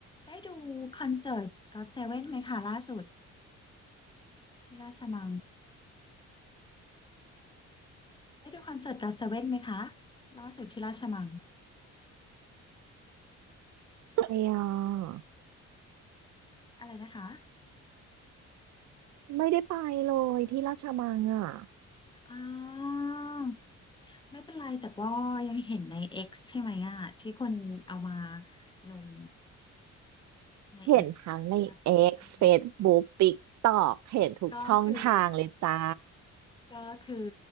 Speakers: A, on the left; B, on the right.
A: ได้ดูคอนเสิร์ตก็อตเซเว่นไหมคะล่าสุดที่ราชมังได้ดูคอนเสิร์ตก็อตเซเว่นไหมคะล่าสุดที่ราชมัง
B: ไปอ่
A: อะไรนะคะ
B: ยไม่ได้ไปเลยที่ราชมังอ่ะ
A: อ่าไม่เป็นไรแต่ว่ายังเห็นใน X ใช่ไหมอ่ะที่คนเอามาลงใน
B: เห็นทั้งใน
A: X ก็อตเซเว่น
B: X Facebook TikTok เห็นทุกช่องทางเลยจ้า
A: ก็คือก็คือ